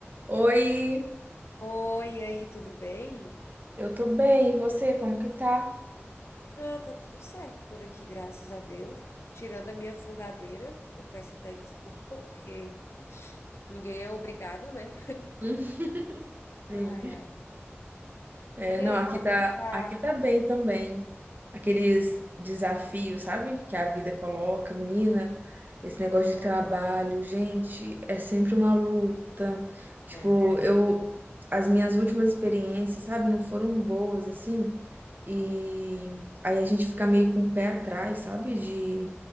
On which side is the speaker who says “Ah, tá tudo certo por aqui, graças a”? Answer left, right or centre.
Left